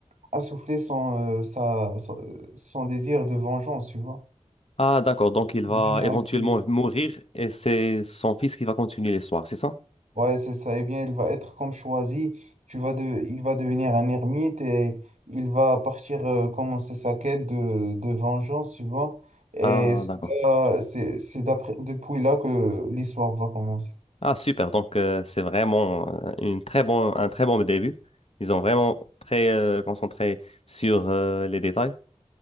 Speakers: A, on the right; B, on the left.
A: assouffler son, euh, sa, son, euh, son désir de vengeance, tu vois.
B: Ah, d'accord. Donc, il va
A: Devenir
B: éventuellement
A: un peu-
B: mourir et c'est son fils qui va continuer l'histoire, c'est ça?
A: Ouais, c'est ça. Eh bien, il va être comme choisi. Tu vas de... Il va devenir un ermite et il va partir euh, commencer sa quête de, de vengeance, tu vois. Et
B: Ah,
A: cela,
B: d'accord.
A: c'est c'est d'après depuis là que l'histoire va commencer.
B: Ah, super. Donc, euh, c'est vraiment euh, une très bon, un très bon début. Ils ont vraiment très euh, concentré sur euh, les détails.